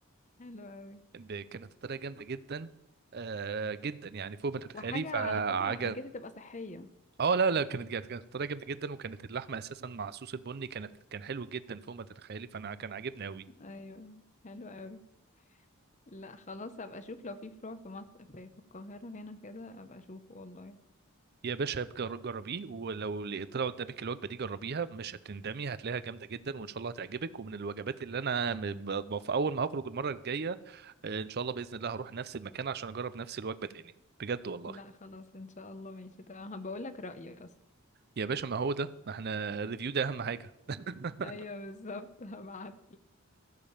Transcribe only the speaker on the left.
حلو قوي
وحاجة
على فكرة أكيد هتبقى صحية
أيوة حلو قوي لا خلاص هبقى أشوف لو في فروع في مصر في في القاهرة هنا كده أبقى أشوفه والله
لا خلاص إن شاء الله ماشي تمام هبقول لك رأيي أصلا
أيوة بالظبط <laughs> هبعت